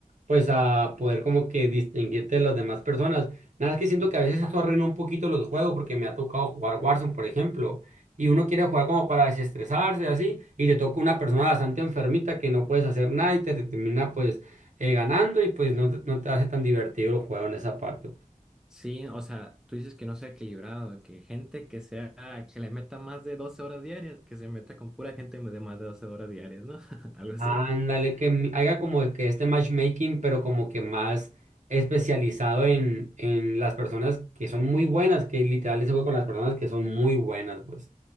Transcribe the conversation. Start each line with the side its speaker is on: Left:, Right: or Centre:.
Right: pues a poder como que distinguirte de las demás personas. Nada más que siento que a veces eso arruina un poquito los juegos porque me ha tocado jugar Warzone, por ejemplo, y uno quiere jugar como para desestresarse así y te toca una persona bastante enfermita que no puedes hacer nada y te termina pues eh, ganando y pues no, te- no te hace tan divertido el juego en esa parte.
Centre: Sí, o sea, tú dices que no sea equilibrado, que gente que sea, que le meta más de 12 horas diarias, que se meta con pura gente de más de 12 horas diarias, ¿no? <laughs> Algo así.
Right: Ándale, que m- haga como de que este matchmaking, pero como que más especializado en, en las personas que son muy buenas, que literal ese juego con las personas que son muy buenas, pues.